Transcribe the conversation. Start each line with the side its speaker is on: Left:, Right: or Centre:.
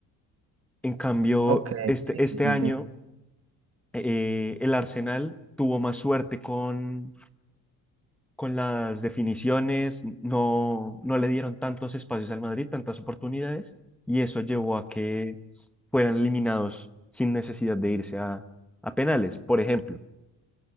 Centre: En cambio,
Right: Ok,
Centre: este,
Right: sí,
Centre: este
Right: sí,
Centre: año
Right: sí.
Centre: eh, el Arsenal tuvo más suerte con, con las definiciones, no, no le dieron tantos espacios al Madrid, tantas oportunidades, y eso llevó a que fueran eliminados sin necesidad de irse a, a penales. Por ejemplo,